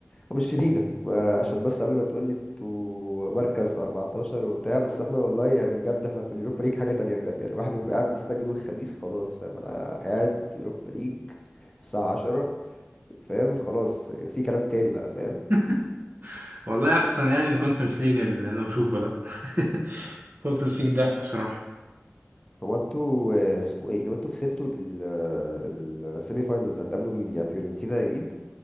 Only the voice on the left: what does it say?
مش شديده ما عشان بس قبل ما تقول لي انتوا مركز 14 وبتاع بس احنا والله يعني بجد احنا في اليوروبا ليج حاجه تانية بجد يعني الواحد بيبقى قاعد مستني يوم الخميس خلاص فاهم انا قاعد يوروبا ليج الساعه 10 فاهم خلاص في كلام تاني بقى فاهم
هو انتوا آه، اسمه ايه لو انتوا كسبتوا ال- آه، السيمي فاينلز هتقابلوا مين يا فيورنتينا يا مين